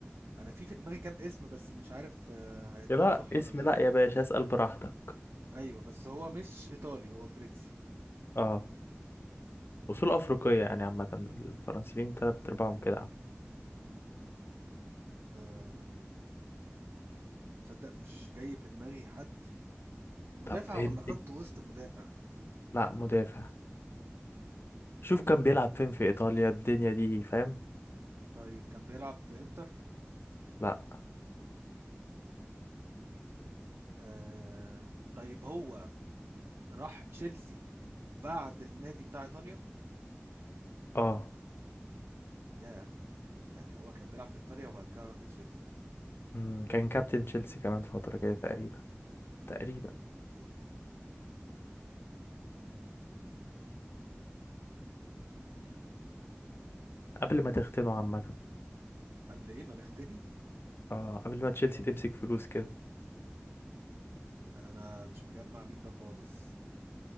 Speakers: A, on the right; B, on the left.
A: أنا في في دماغي كام اسم بس مش عارف آه هيطلعوا
B: لا
A: صح
B: اسم
A: ولا لأ
B: لا يا باشا اسأل براحتك
A: أيوه بس هو مش إيطالي هو فرنسي
B: اه اصول افريقية يعني عامة الفرنسيين تلات ارباعهم كده عم.
A: مم. آه تصدق مش جاي في دماغي حد مدافع
B: طب هنت
A: ولا خط وسط مدافع
B: لا مدافع شوف كان بيلعب فين في ايطاليا الدنيا دي فاهم
A: طيب كان بيلعب في انتر
B: لا
A: آه... طيب هو راح تشيلسي بعد النادي بتاع ايطاليا
B: اه
A: يا يعني هو كان بيلعب في ايطاليا وبعد كده راح تشيلسي
B: مم، كان كابتن تشيلسي كمان فترة كده تقريبا تقريبا
A: ايه ده مم، مين ده
B: قبل ما تختنوا عامة
A: قبل ايه ما نختني
B: اه قبل ما تشيلسي تمسك فلوس كده
A: انا مش مجمع مين ده خالص